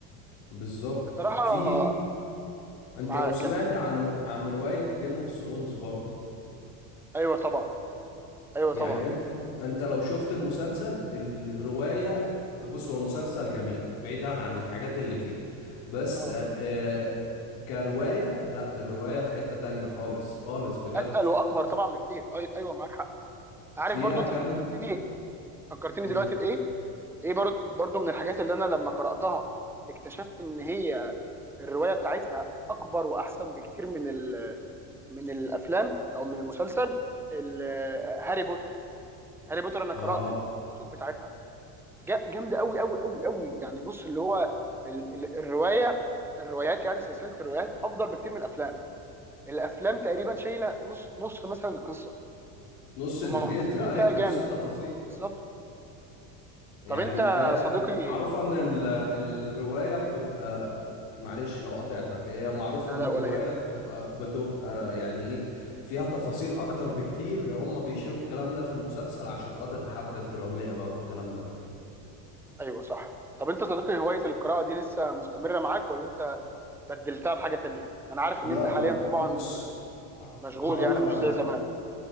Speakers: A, on the left; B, in the centre.
A: بالظبط
B: بصراحه
A: في
B: آه،
A: انت
B: معاك
A: لو سمعت
B: كمل
A: عن عن رواية جيم اوف ثرونز برضو
B: ايوه طبعا ايوه
A: يعني
B: طبعا
A: انت انت لو شفت المسلسل الرواية بص هو المسلسل جميل بعيدا عن الحاجات اللي فيه بس
B: اه
A: آه آه، كرواية لا الرواية في حتة تانية خالص خالص بجد
B: اتقل واكبر طبعا بكتير أي- ايوه معاك حق عارف
A: فيها
B: برضو انت
A: كم
B: فكرتني فكرتني
A: مم.
B: دلوقتي بايه ايه برضو برضو من الحاجات اللي انا لما قراتها اكتشفت ان هي الروايه بتاعتها اكبر واحسن بكتير من ال من الافلام او من المسلسل ال- هاري بوتر هاري بوتر انا قرات
A: اه
B: الكتب بتاعتها جا- جامده قوي قوي قوي قوي يعني بص اللي هو ال- ال- الروايه الروايات يعني سلسله الروايات افضل بكتير من الافلام الافلام تقريبا شايله نص نص مثلا القصه
A: نص
B: هم
A: الديتيلز
B: مختصرين
A: ايوه
B: فيها جامد
A: نص التفاصيل
B: بالظبط
A: يعني
B: طب انت
A: هي
B: صديقي
A: معروفة ان ال- الرواية بتبقى معلش لو قطعتك هي معروف
B: لا
A: ان
B: لا
A: الرواية
B: ولا هم
A: بتبقى بتبقى يعني ايه فيها تفاصيل اكتر بكتير هم بيشيروا الكلام ده في المسلسل عشان خاطر الحبكة الدرامية بقى والكلام ده
B: ايوه صح طب انت صديقي هوايه القراءه دي لسه مستمره معاك ولا انت بدلتها بحاجه تانية انا عارف
A: لا
B: ان انت حاليا
A: لا
B: طبعا
A: بص
B: مشغول
A: هقول
B: يعني
A: لك
B: مش
A: على
B: زي
A: حاجة
B: زمان